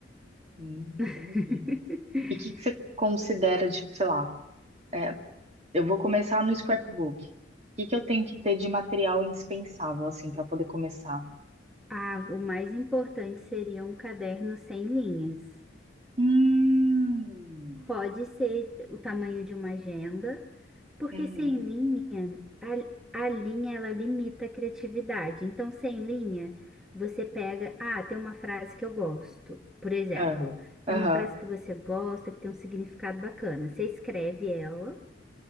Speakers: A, on the right; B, in the centre.
A: Hum,
B: <laughs>
A: entendi. E o que que você considera de, sei lá, é, Eu vou começar no scrapbook. O que que eu tenho que ter de material indispensável, assim, para poder começar?
B: Ah, o mais importante seria um caderno sem linhas.
A: Hum.
B: Pode ser o tamanho de uma agenda, porque
A: Uhum.
B: sem linha, a, a linha ela limita a criatividade. Então, sem linha, você pega, ah, tem uma frase que eu gosto. Por exemplo,
A: É.
B: tem
A: Aham.
B: uma frase que você gosta, que tem um significado bacana. Você escreve ela,